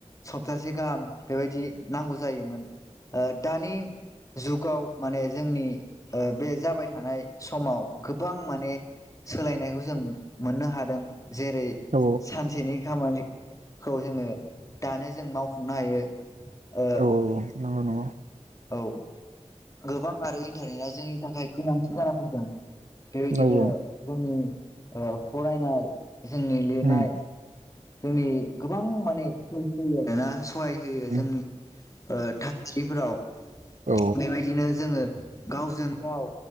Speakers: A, on the left; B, on the right.
A: सप्तासे गाहाम बेबायदि नांगौ जायोमोन। ओ दानि जुग गाव माने जोंनि ओ बे जाबाय हानाय समाव। गोबां माने सोलायनाय जों मोननो हादों। जेरै
B: औ
A: सानसेनि खामानि खौ जोङो दानो जों मावफुंनो हायो। ओ
B: औ नंगौ
A: औ गोबां आरो इन्टारनेटआ जोंनि थाखाय गोनांथि जाना फैदों। बेबायदिनो
B: नंगौ
A: जोंनि ओ फारायनाय। जोंनि लिरनाय।
B: औ उम
A: जोंनि गोबां माने हेल्प होयो आरोना। सहाय होयो
B: उम
A: जोंनि ओ था औ
B: औ
A: बेबायदिनो जों जोङो गावजों गाव